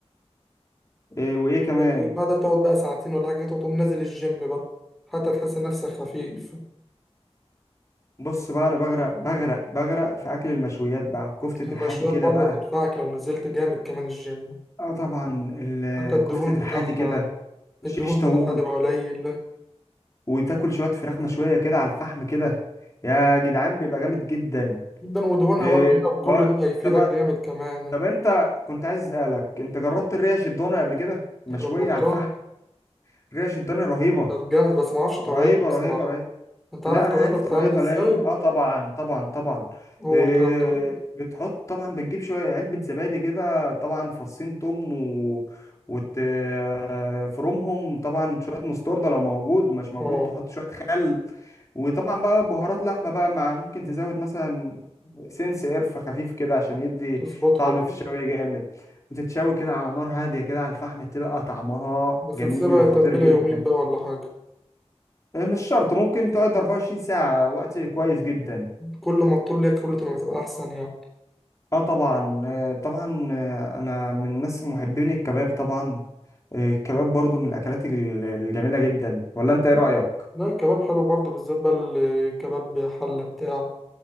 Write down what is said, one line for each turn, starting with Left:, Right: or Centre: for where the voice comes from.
Left: إيه وايه كمان
Centre: وبعدها تقعد بقى ساعتين ولا حاجة تقوم نازل الجيم بقى حتى تحس نفسك خفيف
Left: بص بقى انا بغرق بغرق بغرق في اكل المشويات بقى كفتة
Centre: المشويات
Left: الحاتي كده
Centre: برضه
Left: بقى
Centre: تنفعك لو نزلت جامد كمان الجيم
Left: اه طبعا ال-
Centre: حتى الدهون
Left: كفتة
Centre: بتاعها
Left: الحاتي كده
Centre: الدهون
Left: شيش طاووق
Centre: بتاعها تبقى قليل
Left: وتاكل شوية فراخ مشوية كده على الفحم كده يا جدعان بيبقى جامد جدا
Centre: جدا ودهونها
Left: إيه
Centre: بقى قليلة وكل
Left: بقى
Centre: ده هيفيدك
Left: طب
Centre: جامد كمان
Left: طب انت كنت عايز اسالك انت جربت الريش الضاني قبل كده مشوية
Centre: جربتها
Left: على الفحم ريش الضاني رهيبة
Centre: كانت جامد بس ما اعرفش طريقتها
Left: رهيبة
Centre: بصراحة
Left: رهيبة رهيبة
Centre: انت
Left: لا
Centre: عارف طريقتها
Left: انا عارف
Centre: بتتعمل
Left: طريقتها
Centre: ازاي
Left: لان اه طبعا طبعا طبعا
Centre: قول
Left: إيه
Centre: كده الطريقة
Left: بتحط طبعا بتجيب شويه علبه زبادي كده طبعا فصين توم و وتفرمهم طبعا شويه مستورده لو موجود مش موجود
Centre: اه
Left: تحط شويه خل وطبعا بقى بهارات لحمه بقى مع ممكن تزود مثلا سنس قرفه خفيف كده عشان يدي
Centre: تظبطها
Left: طعم
Centre: برضه
Left: في الشوي جامد وتتشوي كده على نار هاديه كده على الفحم تبقى طعمها
Centre: بس
Left: جميل
Centre: تسيبها
Left: وخطير
Centre: تتبيلة
Left: جدا
Centre: يومين بقى ولا حاجة
Left: آه، مش شرط ممكن تقعد 24 ساعة وقت كويس جدا
Centre: كل ما تطول ليها كل ما بتبقى أحسن يعني
Left: اه طبعا آه طبعا آه انا من الناس محبين الكباب طبعا آه الكباب برضو من الاكلات ال- الجميلة جدا ولا انت ايه رأيك
Centre: لا الكباب حلو برضه بالذات بقى الكباب حلة بتاع